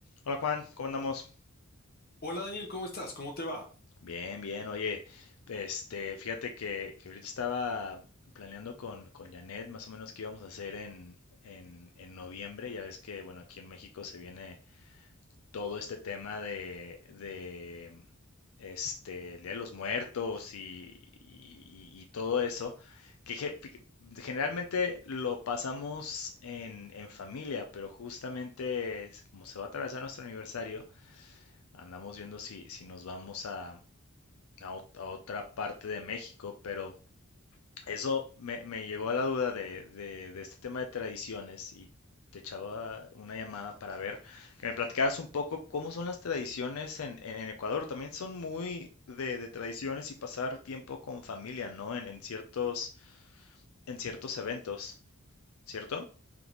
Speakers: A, on the left (about 75°); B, on the left (about 45°).
A: Hola Juan, ¿cómo andamos?
B: Hola Daniel, ¿cómo estás? ¿Cómo te va?
A: Bien, bien, oye, este, fíjate que, que ahorita estaba planeando con, con Janet más o menos qué íbamos a hacer en, en, en noviembre, ya ves que, bueno, aquí en México se viene todo este tema de, de este, el Día de los Muertos y, y- y todo eso, que ge- fi- generalmente lo pasamos en, en familia, pero justamente es como se va a atravesar nuestro aniversario, Andamos viendo si, si nos vamos a, a, ot- a otra parte de México, pero eso me, me llegó a la duda de, de- de este tema de tradiciones y te echaba una llamada para ver que me platicaras un poco cómo son las tradiciones en, en- en Ecuador. También son muy de, de tradiciones y pasar tiempo con familia, ¿no? En, en ciertos, en ciertos eventos, ¿cierto?